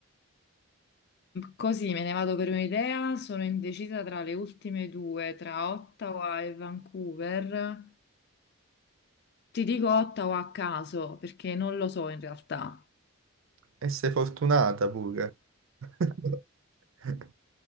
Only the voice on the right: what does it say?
E sei fortunata pure. <laughs>